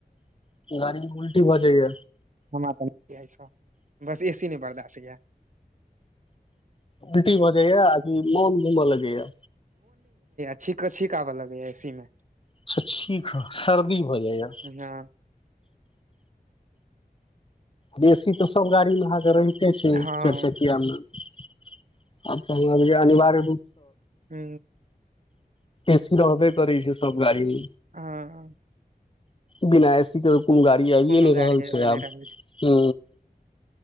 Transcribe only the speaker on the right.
हमरा तऽ छ बस ए सी नहि बर्दश्त हैय
छिक छीक आवऽ लगैया एसी में
हँ
हँ
हू
हँ
कोनो
गाड़ी
एबे
नहि
रहल छै